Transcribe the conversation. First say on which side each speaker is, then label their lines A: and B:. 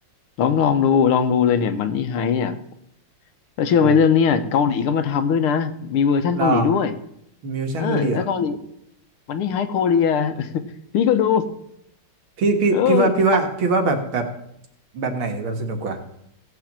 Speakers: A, on the left (about 75°); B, on the right (about 70°).
A: ลองลองดูลองดูเลยเนี่ยมันนี่ไฮเนี่ยแล้วเชื่อไหมเรื่องเนี่ยเกาหลีก็มาทำด้วยนะมีเวอร์ชั่นเกาหลีด้วย
B: โอ้รอมิวชั่นเกาหลีเหรอ
A: เออแล้วเกาหลีมันนี่ไฮโคเรีย <laughs> พี่ก็ดู
B: พี่พี่พี่ว่าพี่ว่าพี่ว่าแบบแบบ
A: เออ
B: แบบไหนแบบสนุกกว่า